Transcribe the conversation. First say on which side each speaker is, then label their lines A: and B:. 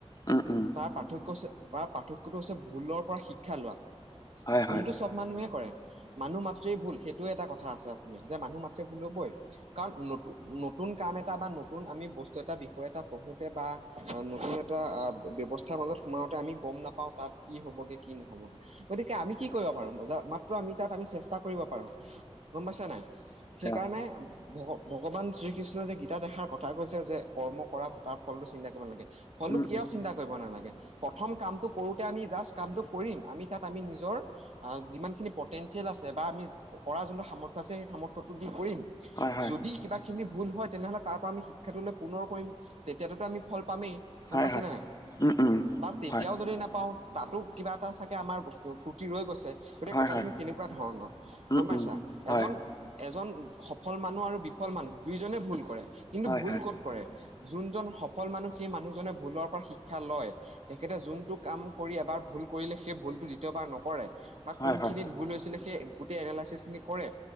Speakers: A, on the left (about 35°); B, on the right (about 75°).
A: উম, উম।
B: তাৰ পাৰ্থক্য তাৰ পাৰ্থক্যটো হৈছে ভুলৰ পৰা শিক্ষা লোৱা
A: হয়,
B: ভুলতটো
A: হয়।
B: চি। চব মানুহে কৰে মানুহ মাতৃেই ভুল সেইটো এটা কথা আছে অসমীয়াত যে মানুহ মাতৃ ভুল হ'বই। কাৰণ নতুন নতুন কাম এটা বা নতুন আমি বস্তু এটা বিষয় এটা পঢ়োঁতে বা। অ', নতুন এটা ব্যৱস্থাৰ মাজত সোমাওতে আমি গম নাপাওঁ তাত কি হ'বগে কি নহ'বগে। গতিকে আমি কি কৰিব পাৰো ম মাত্ৰ আমি তাত আমি চেষ্টা কৰিব পাৰো গম পাইছা নাই। সেইকাৰণে।
A: অ
B: ভগ-ভগৱান শ্ৰীকৃষ্ণই যে গীতাত এখাৰ কথা কৈছে যে কৰ্ম কৰা তাৰ ফলটো চিন্তা কৰিব নালাগে। ফলটো
A: উম,
B: কিয়
A: উম।
B: চিন্তা কৰিব নালাগে। প্ৰথম কামটো কৰোতে আমি জাষ্ট কামটো কৰিম আমি তাত আমি নিজৰ। আ যিমানখিনি পটেঞ্চিয়েল আছে বা আমি কৰা যোনটো সামৰ্থ্য আছে সেই সামৰ্থ্যটো দি কৰিম।
A: হয়, হয়।
B: যদি কিবা। খিনি ভুল হয় তেনেহ'লে তাৰ পৰা আমি শিক্ষাটোলৈ পুনৰ কৰিম তেতিয়াততো আমি ফল পামেই। গম
A: হয়
B: পাইছে
A: হয়
B: নে নাই?
A: উম উম।
B: বা তেতিয়াও
A: হয়।
B: যদি নাপাওঁ তাতো কিবা এটা চাগে আমাৰ ক্ৰুটি ৰৈ গৈছে। গতিকে
A: হয়
B: কথাখিনি
A: হয়
B: তেনেকুৱা ধৰণৰ
A: উম
B: গম
A: উম
B: পাইছা
A: হয়
B: এজন। এজন সফল মানুহ আৰু বিফল মানুহ দুইজনে ভুল কৰে কিন্তু
A: হয়
B: ভুল
A: হয়
B: ক'ত কৰে। যোনজন সফল মানুহ সেই মানুহজনে ভুলৰ পৰা শিক্ষা লয়। তেখেতে যোনটো কাম কৰি এবাৰ ভুল কৰিলে সেই ভুলতটো দ্বিতীয়বাৰ নকৰে, বা
A: হয়
B: কোনখিনিত-
A: হয়
B: ভুল হৈছিলে সেই গোটেই এনালাইচিছ খিনি কৰে।